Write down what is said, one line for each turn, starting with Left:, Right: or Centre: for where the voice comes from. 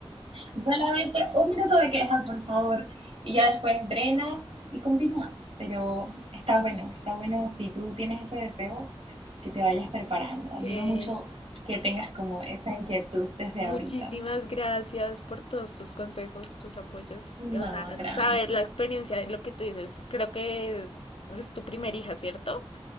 Right: Solamente un minuto de quejas, por favor, y ya después drenas y continúas. Pero está bueno, está bueno si tú tienes ese deseo, que te vayas preparando. Admiro
Left: que
Right: mucho que tengas como esa inquietud desde
Left: Muchísimas
Right: ahorita.
Left: gracias por todos tus consejos, tus apoyos. O
Right: No,
Left: sea,
Right: tranqui.
Left: saber la experiencia de lo que tú dices. Creo que es, es tu primer hija, ¿cierto?